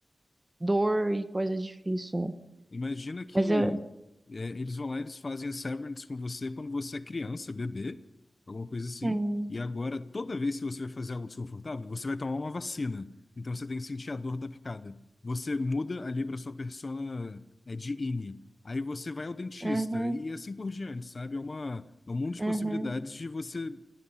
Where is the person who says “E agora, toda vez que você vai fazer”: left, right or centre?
Left